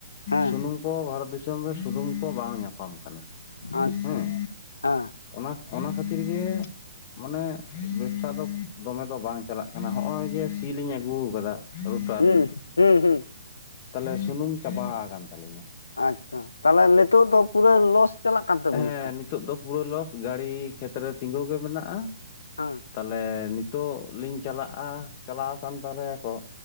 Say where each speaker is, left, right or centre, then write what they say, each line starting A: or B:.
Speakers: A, on the left; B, on the left.
A: ᱦᱮᱸ
B: ᱥᱩᱱᱩᱢ ᱟᱵᱚ ᱵᱷᱟᱨᱚᱛ ᱫᱤᱥᱚᱢ ᱨᱮ ᱥᱩᱱᱩᱢ ᱠᱚ ᱵᱟᱝ ᱧᱟᱯᱟᱢ ᱠᱟᱱᱟ
A: ᱟᱪᱪᱷᱟ
B: ᱦᱮᱸ᱾
A: ᱦᱮᱸ
B: ᱚᱱᱟ ᱚᱱᱟ ᱠᱷᱟᱹᱛᱤᱨ ᱜᱮ ᱢᱟᱱᱮ ᱵᱮᱵᱽᱥᱟ ᱫᱚᱢᱮ ᱫᱚ ᱵᱟᱝ ᱪᱟᱞᱟᱜ ᱠᱟᱱᱟ ᱦᱚᱜᱼᱚᱭ ᱡᱮ ᱥᱤᱞᱤᱧ ᱟᱹᱜᱩ ᱟᱠᱟᱫᱟ ᱨᱚᱴᱟᱨ
A: ᱦᱩᱸ ᱦᱩᱸ ᱦᱩᱸ
B: ᱛᱟᱦᱚᱞᱮ ᱥᱩᱱᱩᱢ ᱪᱟᱵᱟ ᱠᱟᱱ ᱛᱟᱹᱞᱤᱧᱟ ᱾
A: ᱟᱪᱪᱷᱟ ᱛᱟᱦᱚᱞᱮ ᱱᱤᱛᱚᱜ ᱫᱚ ᱯᱩᱨᱟᱹ ᱞᱚᱥ ᱪᱟᱞᱟᱜ ᱠᱟᱱ ᱛᱟᱵᱤᱱᱟ
B: ᱦᱮᱸ
A: ᱛᱚ?
B: ᱱᱤᱛᱚᱜ ᱫᱚ ᱯᱩᱨᱟᱹ ᱞᱚᱥ ᱜᱟᱹᱲᱤ ᱠᱷᱮᱛᱨᱮ ᱛᱤᱸᱜᱩ ᱜᱮ ᱢᱮᱱᱟᱜᱼᱟ ᱾
A: ᱦᱩᱸ
B: ᱛᱟᱦᱚᱞᱮ ᱱᱤᱛᱚᱜ ᱞᱤᱧ ᱪᱟᱞᱟᱜᱼᱟ ᱪᱟᱞᱟᱣ ᱟᱠᱟᱱ ᱛᱟᱞᱮᱭᱟᱠᱚ,